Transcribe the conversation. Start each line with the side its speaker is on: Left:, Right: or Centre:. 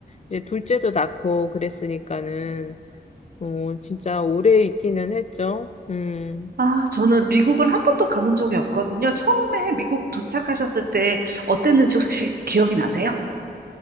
Left: 이제 둘째도 낳고 그랬으니까는, 어, 진짜 오래 있기는 했죠. 음.
Right: 아, 저는 미국을 한 번도 가본 적이 없거든요. 처음에 미국 도착하셨을 때 어땠는지 혹시 기억이 나세요?